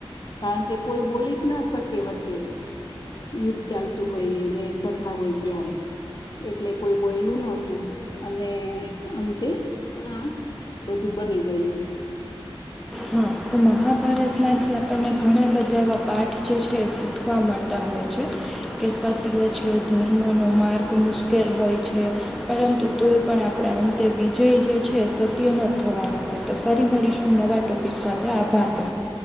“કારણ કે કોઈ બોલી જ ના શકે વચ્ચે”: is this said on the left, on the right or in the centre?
Left